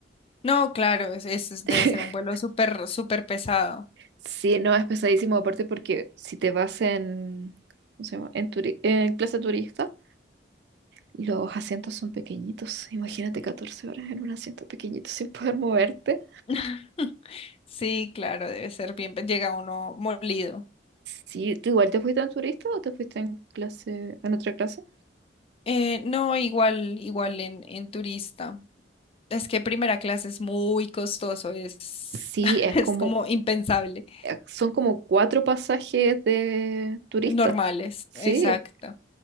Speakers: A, on the left (about 30°); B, on the right (about 60°).
A: No, claro, es- es- es-
B: <laughs>
A: debe ser un vuelo súper, súper pesado.
B: Sí, no, es pesadísimo, aparte porque si te vas en, ¿cómo se llama? En, turi- en clase turista, los asientos son pequeñitos. Imagínate 14 horas en un asiento pequeñito sin poder moverte.
A: <laughs> Sí, claro, debe ser bien, pe- llega uno molido.
B: Sí, ¿tú igual te fuiste en turista o te fuiste en clase, en otra clase?
A: Eh, no, igual, igual en, en turista. Es que primera clase es muy costoso, es,
B: Sí,
A: <laughs>
B: es
A: es
B: como,
A: como impensable.
B: eh, son como cuatro pasajes de turista.
A: Normales,
B: Sí,
A: exacto.